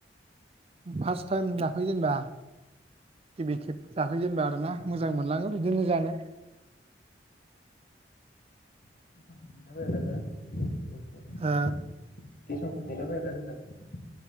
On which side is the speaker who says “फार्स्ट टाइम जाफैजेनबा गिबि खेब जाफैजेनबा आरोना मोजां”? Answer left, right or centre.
Right